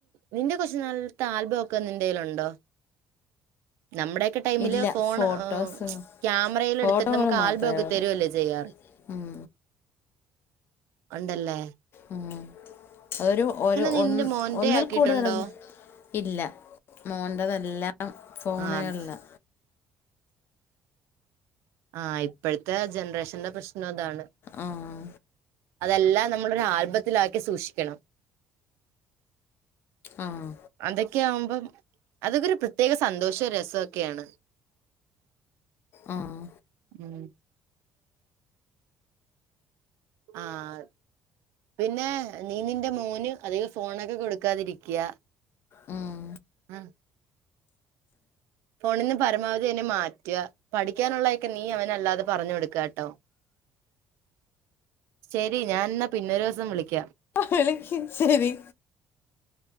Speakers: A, on the right; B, on the left.
A: നിന്റെ കൊച്ച് നാളത്തെ ആൽബൊക്കെ നിൻ്റെലുണ്ടോ? നമ്മടെക്കെ ടൈമില്
B: ഇല്ല
A: ഫോൺ
B: ഫോട്ടോസ്
A: ഏഹ് ക്യാമറയിൽ
B: ഫോട്ടോകൾ
A: എടുത്തിട്ട് നമുക്ക് ആൽബൊക്കെ
B: മാത്രമേ ഉള്ളൂ
A: തരുവല്ലേ ചെയ്യാറ്
B: ഉം
A: ഒണ്ടല്ലേ?
B: ഉം ഒരു ഒരു
A: നിന്റെ
B: ഒ
A: മോന്റെ
B: ഒന്നിൽ
A: ആക്കിയിട്ടുണ്ടോ
B: കൂടുതലന്ന് ഇല്ല മോൻ്റെതെല്ലാം ഫോണുകളിലാ
A: ആ അത്- ആഹ ഇപ്പഴത്തെ ജനറേഷന്റെ പ്രശ്നം അതാണ്
B: ആഹ്
A: അതെല്ലാം നമ്മളൊരാൽബത്തിലാക്കി സൂക്ഷിക്കണം
B: ആഹ്
A: അതൊക്കെയാവുമ്പം അതൊക്കെ ഒരു പ്രത്യേക സന്തോഷം രസമൊക്കെയാണ്
B: ആഹ്
A: ഉം. ആഹ് പിന്നെ നീ നിന്റെ മോന് അധികം ഫോണൊക്കെ കൊടുക്കാതിരിക്കാ
B: ഉം
A: ഉം ഫോണിന്ന് പരമാവധി ന്നെ മാറ്റുക പഠിക്കാനുള്ളതൊക്കെ നീ അവനല്ലാതെ പറഞ്ഞു കൊടുക്കുക ട്ടോ ശരി ഞാൻ ന്നാ പിന്നൊരു ദിവസം വിളിക്കാം
B: വിളിക്ക് ശരി